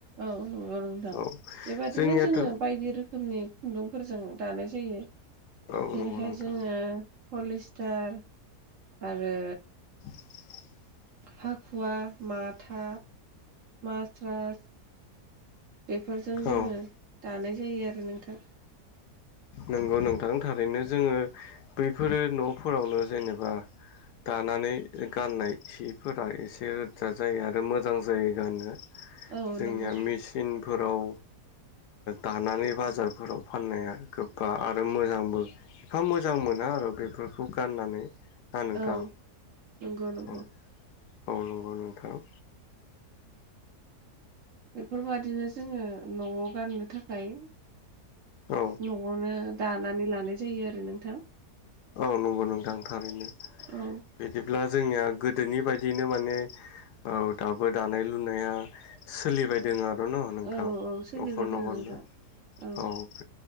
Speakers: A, on the right (about 55°); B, on the left (about 90°).
A: औ नंगौ नोंथां
B: औ
A: बेबादिनो
B: जोंनियाथ'
A: जोङो बायदि रोखोमनि खुन्दुं। फोरजों दानाय जायो
B: औ
A: जेरैहाय
B: नंगौ नोंथां
A: जोङो पलिस्टार आरो
B: <inaudible>
A: हाखुवा माथा मासरास बेफोरजों जोङो
B: औ
A: दानाय जायो आरो नोंथां।
B: नंगौ नोंथां थारैनो जोङो बैफोरो न'फोरावनो जेनेबा दानानै गाननाय सिफोरा एसे रोजा जायो आरो मोजां जायो गाननो
A: औ
B: जोंनिया
A: नंगौ
B: मेचिन फोराव दानानै बाजारफोराव फाननाया गोबा आरो मोजांबो एफा मोजां मोना आरो बेफोरखौ गाननानै। ना नोंथां
A: औ नंगौ नंगौ।
B: औ औ नंगौ नोंथां।
A: बेफोरबायादिनो जोंङो न'आव गाननो थाखाय।
B: औ
A: न'आवनो दानानै लानाय जायो आरो नोंथां।
B: औ नंगौ नंदां थारैनो
A: औ
B: बिदिब्ला। जोंनिया गोदोनि बायदिनो माने। औ दाबो दानाय लुनाया सोलिबायदों आरो। न नोंथां
A: औ औ सोलिबाय
B: न'खर न'खरनो
A: दोङो नोंथां औ
B: औे।